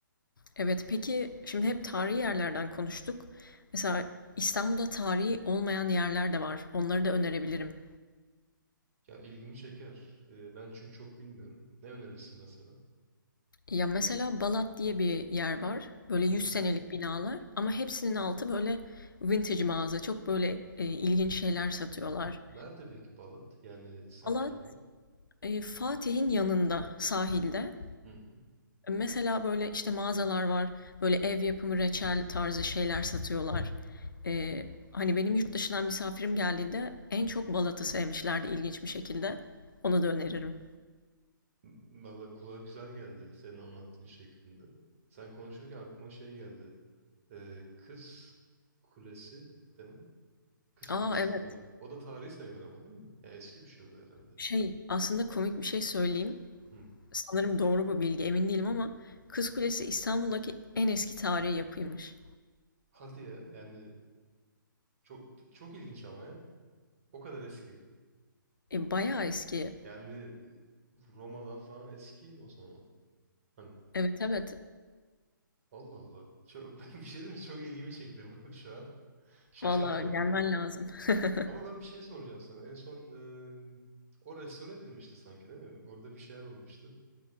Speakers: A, on the left; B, on the right.
A: Evet, peki şimdi hep tarihi yerlerden konuştuk. Mesela İstanbul'da tarihi olmayan yerler de var. Onları da önerebilirim.
B: Ya ilgimi çeker. Ee, ben çünkü çok bilmiyorum. Ne önerirsin mesela?
A: Ya, mesela Balat diye bir yer var. Böyle yüz
B: Hı hı.
A: senelik binalar ama hepsinin altı böyle vintage mağaza. Çok böyle, eee, ilginç şeyler satıyorlar.
B: Nerede peki Balat? Yani semt
A: Balat,
B: olarak.
A: eee, Fatih'in yanında, sahilde.
B: Hı hı.
A: Mesela böyle, işte, mağazalar var. Böyle ev yapımı reçel tarzı şeyler satıyorlar. Eee, hani, benim yurt dışından misafirim geldiğinde en çok Balat'ı sevmişlerdi ilginç bir şekilde. Onu da öneririm.
B: M- Valla kulağa güzel geldi senin anlattığın şeklinde. Sen konuşurken aklıma şey geldi. Ee, Kız Kulesi değil mi? Kız
A: A,
B: Kulesi
A: evet.
B: adı. O da tarihi sayılır ama değil mi? Ya eski bir şey o da herhalde.
A: Şey, aslında komik bir şey söyleyeyim.
B: Hı.
A: Sanırım doğru bu bilgi, emin değilim ama Kız Kulesi İstanbul'daki en eski tarihi yapıymış.
B: Hadi ya yani çok çok ilginç ama ya. O kadar eski.
A: E, bayağı eski.
B: Yani Roma'dan falan eski o zaman. Hani
A: Evet evet.
B: Allah Allah. Çok, <laughs> bir şey diyeyim mi? Çok ilgimi çekti bu <laughs> şu an. Şaşırdım
A: Vallahi
B: hatta.
A: gelmen lazım. <laughs>
B: Ama ben bir şey soracağım sana. En son e, o restore edilmişti sanki değil mi? Orada bir şeyler olmuştu.